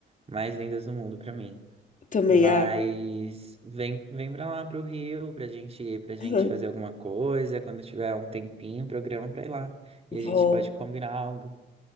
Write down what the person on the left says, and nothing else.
Eu Também,
ai,
<laughs>
vou.